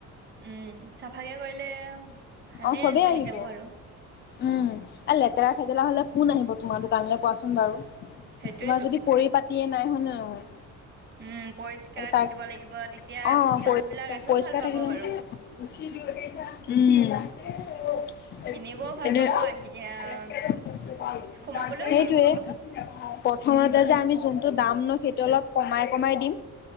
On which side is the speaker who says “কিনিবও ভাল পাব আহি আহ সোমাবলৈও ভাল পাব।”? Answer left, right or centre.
Right